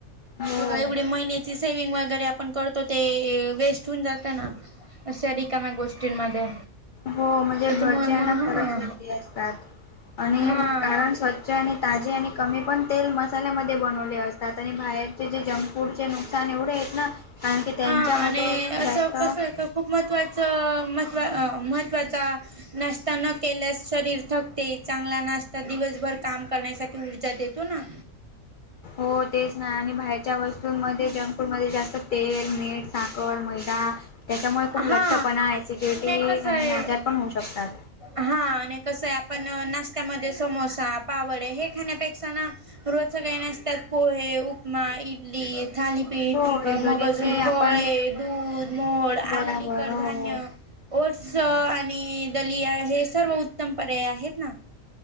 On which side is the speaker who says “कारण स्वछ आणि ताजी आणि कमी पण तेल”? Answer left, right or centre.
Left